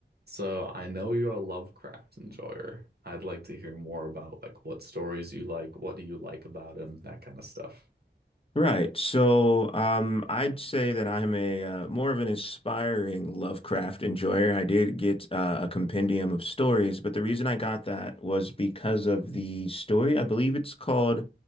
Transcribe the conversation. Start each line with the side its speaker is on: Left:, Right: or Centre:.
Right: So I know you're a Lovecraft enjoyer. I'd like to hear more about like what stories you like, what do you like about him, that kind of stuff.
Left: Right. So, um, I'd say that I'm a uh, more of an aspiring Lovecraft enjoyer. I did get uh, a compendium of stories, but the reason I got that was because of the story. I believe it's called